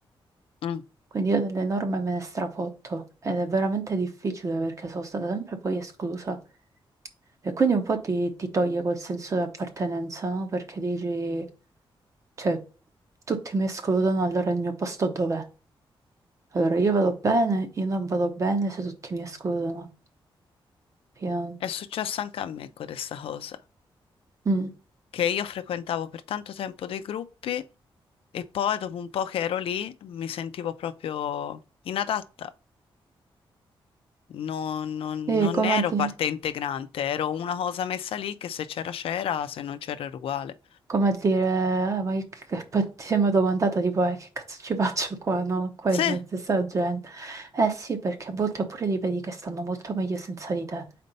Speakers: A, on the left; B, on the right.
A: mm.
B: Quindi io delle norme me ne strafotto ed è veramente difficile perché sono stata sempre poi esclusa. E quindi un po' ti, ti toglie quel senso di appartenenza, no? Perché dici, cioè, tutti mi escludono, allora il mio posto dov'è? Allora io vado bene, io non vado bene se tutti mi escludono. Io non-
A: È successo anche a me con questa cosa,
B: Mm.
A: che io frequentavo per tanto tempo dei gruppi e poi dopo un po' che ero lì mi sentivo proprio inadatta. Non, non-
B: E
A: non
B: come
A: ero
B: a di-
A: parte integrante, ero una cosa messa lì che se c'era c'era, se non c'era era uguale.
B: come a dire, "Eh, ma che, che- poi ti sembra domandata tipo, "Eh, che cazzo ci <laughs> faccio qua, no? Qua
A: Sì,
B: in mezzo a sta gente. Eh sì, perché a volte oppure li vedi che stanno molto meglio senza di te.